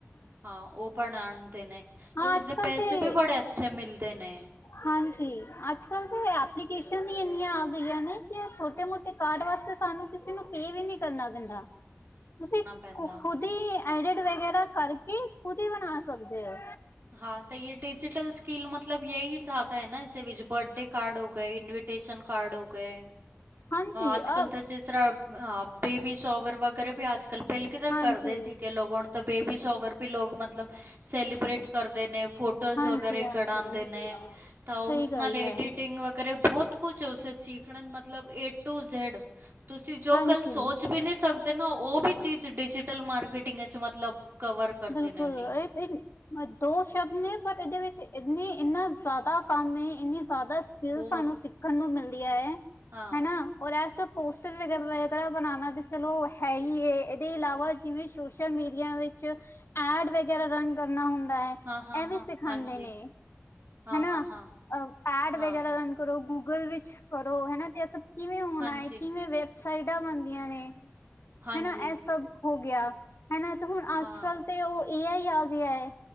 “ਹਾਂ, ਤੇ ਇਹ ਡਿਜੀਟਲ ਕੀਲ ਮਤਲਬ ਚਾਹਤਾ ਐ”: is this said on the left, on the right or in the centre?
Right